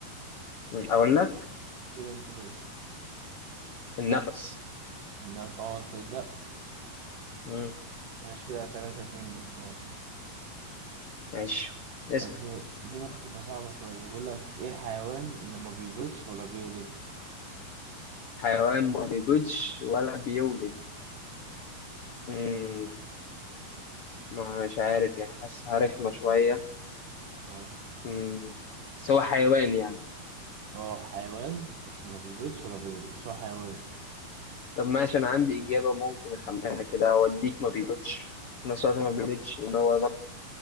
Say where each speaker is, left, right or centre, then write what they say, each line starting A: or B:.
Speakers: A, on the left; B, on the right.
A: مم، اقول لك
B: قول انت كده
A: النفس
B: لا اه تصدق
A: مم،
B: ماشي كده تلاتة اتنين ليك ماشي
A: ماشي اسأل
B: طب دي ممكن تبقى صعبة شوية بقول لك ايه الحيوان اللي ما بيبيضش ولا بيولد
A: حيوان ما بيبيضش ولا بيولد مم، مش عارف يعني حاسسها رخمة شوية
B: اه
A: مم، بس هو حيوان يعني
B: اه حيوان بس ما بيبيضش ولا بيولد بس هو حيوان
A: طب ماشي انا عندي اجابة موديك ما بيبيضش في نفس الوقت ما بيولدش ان هو ذكر